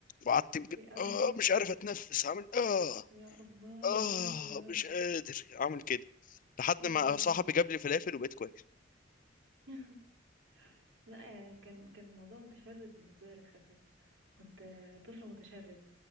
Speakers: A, on the left; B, on the right.
A: وقعدت يمكن
B: يا الله
A: اه مش عارف اتنفس عامل اه
B: يا الله
A: اه
B: يا ساتر يا
A: مش
B: رب
A: قادر اعمل كده لحد
B: يا
A: ما
B: الله
A: صاحبي جاب لي فلافل وبقيت كويس
B: <laughs> لا كان كان الموضوع متشرد بالنسبه لك شكلك انت كنت طفل متشرد